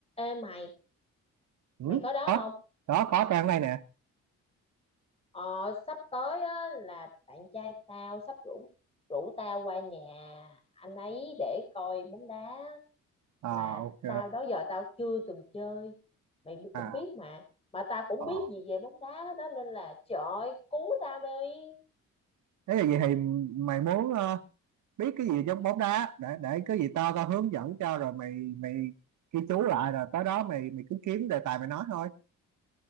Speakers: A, on the left; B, on the right.
A: Ê mày,
B: ừ,
A: mày có đó
B: có
A: không?
B: có có trang này nè
A: Ờ, sắp tới á, là bạn trai tao sắp rủ rủ tao qua nhà anh ấy để coi bóng đá
B: à
A: mà
B: ok
A: tao đó giờ tao chưa từng chơi. Mày bi- cũng
B: à
A: biết mà, mà tao cũng
B: ờ
A: biết gì về bóng đá đó nên là trời ơi, cứu tao đi.
B: thế là vậy thì mày muốn ờ, biết cái gì trong bóng đá để để cái gì tao tao hướng dẫn cho rồi mày mày ghi chú lại rồi tới đó mày mày cứ kiếm đề tài mày nói thôi